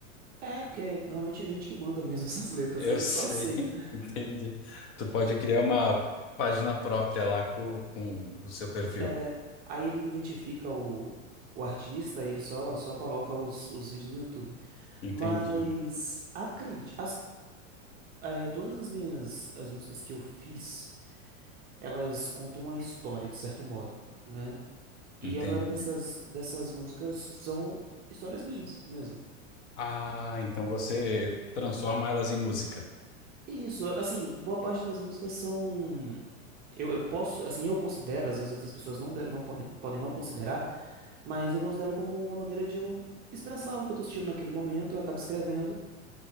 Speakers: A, on the right (about 25°); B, on the left (about 55°).
A: É, porque normalmente é a gente que manda mesmo <laughs> essas letras,
B: Eu
A: aí ele
B: sei,
A: só aceita.
B: <laughs> entendi. Tu pode criar uma página própria lá com, com o seu perfil.
A: É, aí ele identifica o, o artista, aí ele só, só coloca os, os vídeos no YouTube.
B: Entendi,
A: Mas acredito, é, todas as minhas as músicas que eu fiz, elas contam uma história, de certo modo, né? E
B: entendi.
A: a maioria dessas, dessas músicas são histórias minhas mesmo.
B: Ah, então você transforma elas em música.
A: E isso, assim, boa parte das músicas são. Eu, eu posso, assim, eu considero, às vezes outras pessoas não, de- não podem, podem não considerar, mas eu considero como uma maneira de eu expressar o que eu tô sentindo naquele momento, eu acabo escrevendo